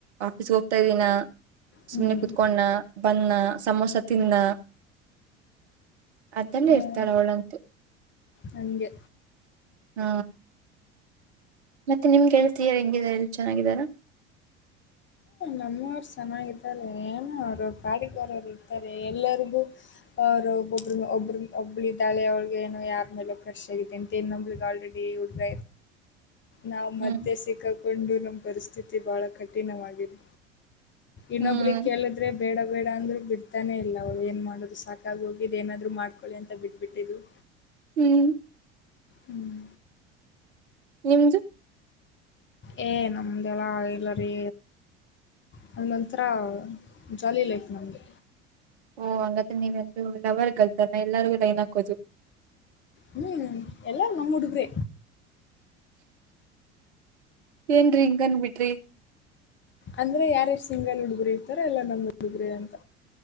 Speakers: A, on the right (about 75°); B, on the left (about 35°).
A: ಆಫೀಸ್ಗೆ ಹೋಗ್ತಾ ಇದ್ದೀನ
B: ಹ್ಮ್
A: ಸುಮ್ನೆ ಕೂತಗೊಂಡ್ನ ಬಂದ್ನಾ ಸಮೋಸ ತಿಂನ್ನ. ಅದ್ದಲ್ಲೇ
B: ಹ್ಮ್
A: ಇರ್ತಳ ಅವಳಂತು.
B: ಹಂಗೆ.
A: ಹ ಮತ್ತೆ ನಿಮ್ಗೆಳ್ತಿಯರು ಹೆಂಗಿದಾರೆ ಎಲ್ಲ ಚೆನ್ನಾಗಿದಾರ.
B: ನಮ್ಮವರು ಚೆನ್ನಾಗಿದರೆ ಏನೋ ಅವರವರ ಪಾಡಿಗವರು ಇರ್ತಾರೆ ಎಲ್ಲರಿಗೂ ಅವರು ಒಬ್ಬಬ್ಬ ಒಬ್ಬ್ರ ಒಬ್ಬಳ ಇದಾಳೆ ಅವಳಗ್ ಏನೋ ಯಾರ ಮೇಲೆ ಕ್ರಶ್ ಆಗಿದೆ ಅಂತ ಇನ್ನೊಬ್ಬಳಿಗೆ ಆಲ್ರೆಡಿ ಹುಡ್ಗ ನಾವು
A: ಹ್ಮ್
B: ಮದ್ಯೆ ಸಿಕ್ಕಕೊಂಡು ನಮ್ಮ ಪರಿಸ್ಥಿತಿ ಬಹಳ ಕಠಿಣವಾಗಿದೆ. ಇನ್ನೊಬ್ಲಿಗ್
A: ಹ್ಮ್
B: ಕೇಳಿದ್ರೆ ಬೇಡ ಬೇಡ ಅಂದ್ರು ಬಿಡ್ ತಾನೇ ಇಲ್ಲ ಅವಳು ಏನ್ ಮಾಡೋದು ಸಾಕಾಗಿ ಹೋಗಿದೆ ಏನಾದ್ರು ಮಾಡ್ಕೊಳ್ಳಿ ಅಂತ ಬಿಟ್ಬಿಟ್ಟಿದಿವಿ.
A: ಹ್ಮ್
B: ಹ್ಮ್
A: ನಿಮ್ದು
B: ಏ ನಮ್ದೆಲ್ಲ ಇಲ್ಲರಿ. ನಮ್ದ್ ಒಂತರಾ ಜಾಲಿ ಲೈಫ್ ನಮ್ದು.
A: ಓ <unintelligible> ನೀವೆಲ್ಲೂ ಲವರ್ ಗರ್ಲ್ಸ್ <unintelligible> ಎಲ್ಲರಿಗು ಲೈನ್ ಹಾಕೋದು.
B: ಹ್ಮ್ ಎಲ್ಲಾ ನಮ್ಮ್ ಉಡುಗ್ರೆ.
A: ಏನ್ರಿ ಹಿಂಗ್ ಅಂದ್ ಬಿಟ್ರಿ.
B: ಅಂದ್ರೆ ಯಾರ ಸಿಂಗಲ್ ಹುಡುಗ್ರ ಇರ್ತಾರ ಎಲ್ಲಾ ನಮ್ ಹುಡುಗ್ರ ಅಂತ.